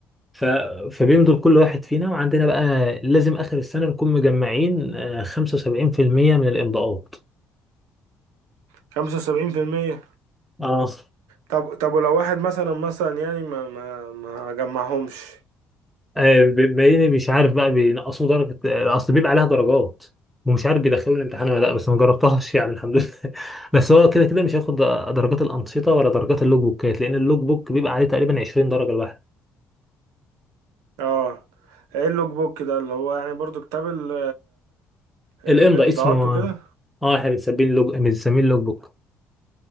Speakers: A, in the centre; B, on the right.
A: ف... فبين دول كل واحد فينا وعندنا بقى لازم آخر السنة نكون مجمعين آه، 75% من الإمضاءات
B: خمسة وسبعين في المية
A: اه
B: طب طب ولو واحد مثلا مثلا يعني ما ما ما جمعهمش
A: آه، بما إني مش عارف بقى بينقصوا درجة آه، أصل بيبقى عليها درجات ومش عارف بيدخلوا الامتحان ولا لا بس ما جربتهاش يعني الحمد لله <laughs> بس هو كده كده مش هياخد درجات الأنشطة ولا درجات اللوج بوكات لأن اللوج بوك بيبقى عليه تقريبا 20 درجة الواحد
B: اه ايه اللوج بوك ده اللي هو يعني برضو كتاب ال الامضاءات
A: الإمضاء اسمه
B: وكده
A: اه احنا بنسميه اللوج بنسميه اللوج بوك